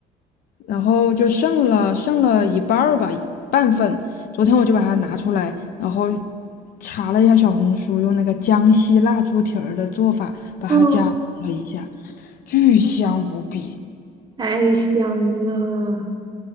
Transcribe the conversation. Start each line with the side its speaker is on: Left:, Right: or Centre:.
Left: 然后就剩了剩了一半儿吧，半份。昨天我就把它拿出来，然后查了一下小红书，用那个江西辣猪蹄儿的做法把它加工了一下。
Right: 嗯，
Left: 巨香无比。
Right: 太香了。